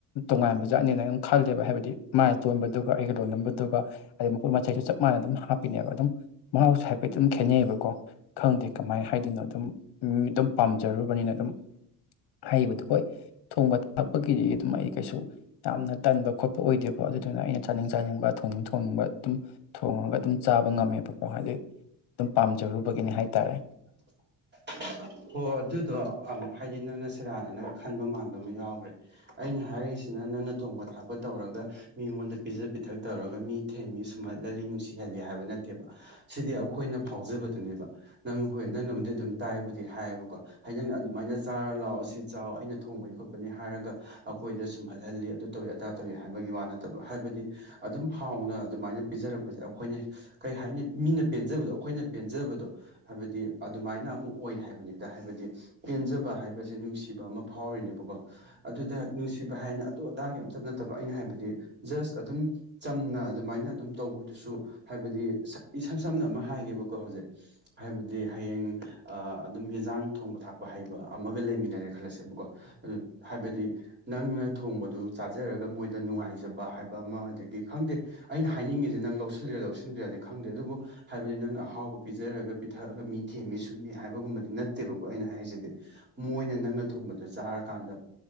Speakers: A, on the left; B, on the right.
A: ꯇꯣꯉꯥꯟꯕ ꯖꯥꯠꯅꯤꯅ ꯑꯩꯝ ꯈꯜꯂꯦꯕ ꯍꯥꯏꯕꯗꯤ ꯃꯥꯢ ꯑꯇꯣꯟꯕꯗꯨꯒ ꯑꯩꯒꯤ ꯂꯣꯟꯅꯕꯗꯨꯒ ꯍꯥꯢꯗꯤ ꯃꯄꯣꯠ ꯃꯆꯩꯁꯨ ꯆꯞ ꯃꯥꯟꯅ ꯑꯗꯨꯝ ꯍꯥꯞꯄꯤꯅꯦꯕ ꯑꯗꯨꯝ ꯃꯍꯥꯎꯁꯦ ꯍꯥꯏꯐꯦꯠꯇꯤ ꯑꯗꯨꯝ ꯈꯦꯠꯅꯩꯌꯦꯕꯀꯣ ꯈꯪꯗꯦ ꯀꯃꯥꯏꯅ ꯍꯥꯏꯗꯣꯏꯅꯣ ꯑꯗꯨꯝ ꯃꯤ ꯑꯗꯨꯝ ꯄꯥꯝꯖꯔꯨꯕꯅꯤꯅ ꯑꯗꯨꯝ ꯍꯩꯕꯗꯨ ꯍꯣꯏ ꯊꯣꯡꯕ ꯊꯥꯛꯄꯒꯤꯗꯤ ꯑꯗꯨꯝ ꯑꯩ ꯀꯩꯁꯨ ꯌꯥꯝꯅ ꯇꯟꯕ ꯈꯣꯠꯄ ꯑꯣꯏꯗꯦꯕꯣ ꯑꯗꯨꯗꯨꯅ ꯑꯩꯅ ꯆꯥꯅꯤꯡ ꯆꯥꯅꯤꯡꯕ ꯊꯣꯡꯅꯤꯡ ꯊꯣꯡꯅꯤꯡꯕ ꯑꯗꯨꯝ ꯊꯣꯡꯉꯒ ꯑꯗꯨꯝ ꯆꯥꯕ ꯉꯝꯃꯦꯕ ꯍꯥꯏꯗꯤ ꯑꯗꯨꯝ ꯄꯥꯝꯖꯔꯨꯕꯒꯤꯅꯤ ꯍꯥꯏꯇꯥꯔꯦ
B: <unintelligible> ꯍꯣ ꯑꯗꯨꯗꯣ ꯑꯝ ꯍꯥꯏꯗꯤ ꯅꯪꯅ ꯁꯦꯔꯥꯟꯅꯅ ꯈꯟꯕ ꯃꯥꯟꯕ ꯑꯃ ꯌꯥꯎꯒ꯭ꯔꯦ ꯑꯩꯅ ꯍꯥꯏꯔꯤꯁꯤꯅ ꯅꯪꯅ ꯊꯣꯡꯕ ꯊꯥꯛꯄ ꯇꯧꯔꯒ ꯃꯤꯉꯣꯟꯗ ꯄꯤꯖ ꯄꯤꯊꯛ ꯇꯧꯔꯒ ꯃꯤ ꯊꯦꯝꯃꯤ ꯁꯨꯝꯍꯠꯍꯜꯂꯤ ꯅꯨꯡꯁꯤꯍꯜꯂꯤ ꯍꯥꯏꯕ ꯅꯠꯇꯦꯕ ꯁꯤꯗꯤ ꯑꯩꯈꯣꯏꯅ ꯐꯥꯎꯖꯕꯗꯨꯅꯦꯕ ꯅꯪ ꯍꯣꯏ ꯅꯪꯅꯕꯨꯗꯤ ꯑꯗꯨꯝ ꯇꯥꯏꯕꯨꯗꯤ ꯍꯥꯏꯌꯦꯕꯀꯣ ꯍꯥꯏ ꯅꯪꯅ ꯑꯗꯨꯃꯥꯏꯅ ꯆꯥꯔ ꯂꯥꯛꯑꯣ ꯁꯤ ꯆꯥꯎ ꯑꯩꯅ ꯊꯣꯡꯕꯅꯤ ꯈꯣꯠꯄꯅꯤ ꯍꯥꯏꯔꯒ ꯑꯩꯈꯣꯏꯗ ꯁꯨꯝꯍꯜꯍꯜꯂꯤ ꯑꯗꯨ ꯇꯧꯋꯤ ꯑꯗꯥ ꯇꯧꯋꯤ ꯍꯥꯏꯕꯒꯤ ꯋꯥ ꯅꯠꯇꯕ ꯍꯥꯏꯕꯗꯤ ꯑꯗꯨꯝ ꯍꯥꯎꯅ ꯑꯗꯨꯃꯥꯏꯅ ꯄꯤꯖꯔꯛꯄꯁꯦ ꯑꯩꯈꯣꯏꯅ ꯀꯩ ꯍꯥꯏꯅꯤ ꯃꯤꯅ ꯄꯦꯟꯖꯕꯗꯣ ꯑꯩꯈꯣꯏꯅ ꯄꯦꯟꯖꯕꯗꯣ ꯍꯥꯏꯕꯗꯤ ꯑꯗꯨꯃꯥꯏꯅ ꯑꯃ ꯑꯣꯏ ꯍꯥꯏꯕꯅꯤꯗ ꯍꯥꯏꯕꯗꯤ ꯄꯦꯟꯖꯕ ꯍꯥꯏꯕꯁꯦ ꯅꯨꯡꯁꯤꯕ ꯑꯃ ꯐꯥꯎꯔꯤꯅꯦꯕ ꯑꯗꯨꯗ ꯅꯨꯡꯁꯤꯕ ꯍꯥꯏꯅ ꯑꯗꯨ ꯑꯗꯥꯒꯤ ꯑꯝꯇꯒꯤ ꯅꯠꯇꯕ ꯑꯩꯅ ꯍꯥꯏꯕꯗꯤ ꯖꯁ ꯑꯗꯨꯝ ꯆꯝ ꯅ ꯑꯗꯨꯃꯥꯏꯅ ꯑꯗꯨꯝ ꯇꯧꯕꯗꯨꯁꯨ ꯍꯥꯏꯕꯗꯤ ꯏꯁꯝ ꯁꯝꯅ ꯑꯃ ꯍꯥꯏꯒꯦꯕꯀꯣ ꯍꯧꯖꯤꯛ ꯍꯥꯏꯕꯗꯤ ꯍꯌꯦꯡ ꯑ ꯑꯗꯨꯝ ꯌꯦꯟꯖꯥꯡ ꯊꯣꯡꯕ ꯊꯥꯛꯄ ꯍꯩꯕ ꯑꯃꯒ ꯂꯩꯃꯤꯟꯅꯔꯦ ꯈꯜꯂꯁꯦꯕꯀꯣ ꯑꯗꯨ ꯍꯥꯏꯕꯗꯤ ꯅꯪꯅ ꯊꯣꯡꯕꯗꯨ ꯆꯥꯖꯔꯒ ꯃꯣꯏꯗ ꯅꯨꯡꯉꯥꯏꯖꯕ ꯍꯥꯏꯕ ꯑꯃ ꯑꯗꯒꯤ ꯈꯪꯗꯦ ꯑꯩꯅ ꯍꯥꯏꯅꯤꯡꯉꯤꯁꯦ ꯅꯪ ꯂꯧꯁꯤꯜꯂꯤꯔꯥ ꯂꯧꯁꯤꯟꯗ꯭ꯔꯤꯔꯗꯤ ꯈꯪꯗꯦ ꯑꯗꯨꯕꯨ ꯍꯥꯏꯕꯗꯤ ꯅꯪꯅ ꯑꯍꯥꯎꯕ ꯄꯤꯖꯔꯒ ꯄꯤꯊꯛꯑꯒ ꯃꯤ ꯊꯦꯝꯃꯤ ꯁꯨꯝꯃꯤ ꯍꯥꯏꯕꯒꯨꯝꯕꯗꯤ ꯅꯠꯇꯦꯕꯀꯣ ꯑꯩꯅ ꯍꯥꯏꯔꯤꯁꯤꯗꯤ ꯃꯣꯏꯅ ꯅꯪꯅ ꯊꯣꯡꯕꯗꯣ ꯆꯥꯔ ꯀꯥꯟꯗ